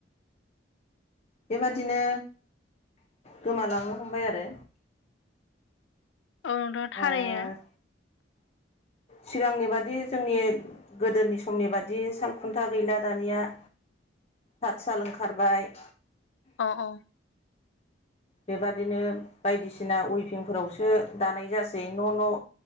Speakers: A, on the left; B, on the left.
A: बेबादिनो गोमालांनो हमबाय आरो
B: औ द' थारायो
A: ओ सिगांनि बादि जोंनि गोदोनि समनि बादि सालखुन्था गैला दानिया हतसाल ओंखारबाय
B: अ अ
A: बेबादिनो बायदिसिना उइभिंफोरावसो दानाय जासै न' न'